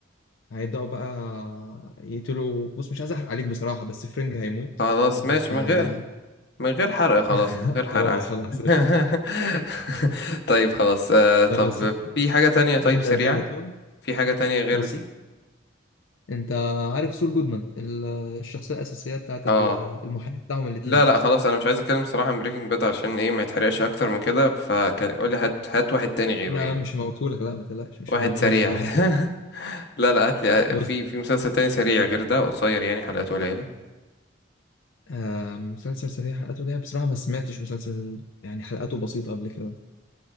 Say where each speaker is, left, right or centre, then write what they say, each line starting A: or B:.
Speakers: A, on the left; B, on the left.
A: هيبدأوا بقى يقتلوا بص مش عايز احرق عليك بصراحة بس فرينج هيموت
B: خلاص
A: اللي
B: ماشي
A: هو بتاع
B: من غير من غير حرق خلاص
A: <laughs>
B: من غير حرق
A: خلاص
B: عشان
A: خلاص
B: <laughs>
A: قشطة
B: طيب خلاص آه، طب
A: لا بس
B: في حاجة تانية
A: بتبدأ
B: طيب سريعة
A: بيه على طول
B: في حاجة تانية غير
A: بص
B: دي
A: انت عارف سول جودمان ال- الشخصية الأساسية بتاعت
B: اه
A: ال- المحامي بتاعهم الاتنين
B: لا لا خلاص انا مش عايز اتكلم صراحة عن بريكنج باد عشان ايه ما يتحرقش اكتر من كده فقول لي هات هات واحد تاني غيره
A: لا
B: يعني
A: لا مش موتهولك لا ما تقلقش مش
B: واحد
A: موتهولك
B: سريع
A: ده واحد تاني
B: <laughs> لا لا هات لي آه،
A: بص
B: في في مسلسل تاني سريع غير ده قصير يعني حلقاته قليلة
A: آه مسلسل سريع حلقاته ليه بصراحة ما سمعتش مسلسل يعني حلقاته بسيطة قبل كده